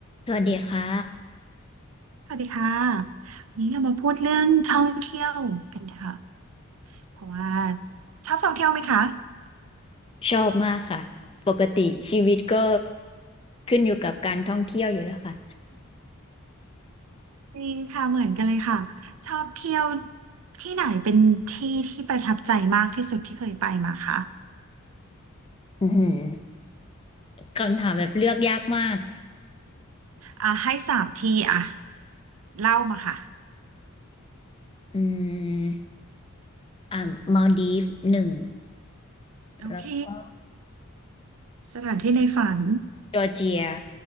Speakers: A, on the left (about 25°); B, on the right (about 70°).
A: สวัสดีค่ะ
B: สวัสดีค่ะวันนี้เรามาพูดเรื่องท่องเที่ยวกันค่ะเพราะว่าชอบท่องเที่ยวไหมคะ
A: ชอบมากค่ะปกติชีวิตก็ขึ้นอยู่กับการท่องเที่ยวอยู่แล้วค่ะ
B: มีค่ะเหมือนกันเลยค่ะชอบเที่ยวที่ไหนเป็นที่ที่ประทับใจมากที่สุดที่เคยไปมาคะ
A: อือหือคำถามแบบเลือกยากมาก
B: อ่ะให้สามที่อ่ะเล่ามาค่ะ
A: อืมอ่ามาลดีฟหนึ่ง
B: โอเค
A: แล้วก็
B: สถานที่ในฝัน
A: จอร์เจีย